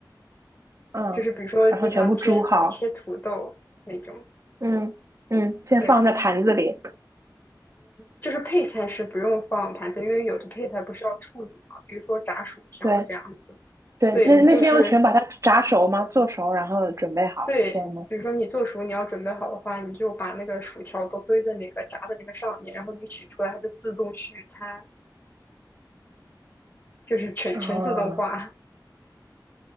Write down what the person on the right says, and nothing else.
嗯，
然后全部煮好，嗯嗯，先放在盘子里，
对对，
那那些要全把它炸熟吗？
做熟，然后准备好，
是这样吗？
啊，